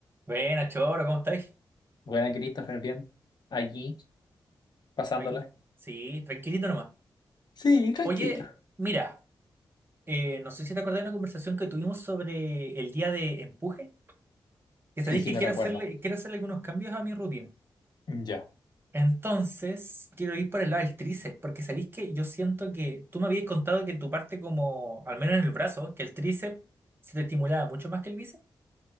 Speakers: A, on the right; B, on the left.
A: Buena, Choro, ¿cómo estáis?
B: Buena, Christopher, bien. allí pasándola.
A: Aquí. Sí, tranquilito nomás.
B: Sí, tranquilo.
A: Oye, mira, eh, no sé si te acordás de una conversación que tuvimos sobre el día de empuje, que sabéis
B: Sí, sí,
A: que
B: me
A: quiero
B: recuerdo.
A: hacerle, quiero hacerle algunos cambios a mi rutina.
B: Ya.
A: Entonces, quiero ir por el lado del tríceps, porque sabéis que yo siento que tú me habías contado que tu parte como, al menos en el brazo, que el tríceps se te estimulaba mucho más que el bíceps.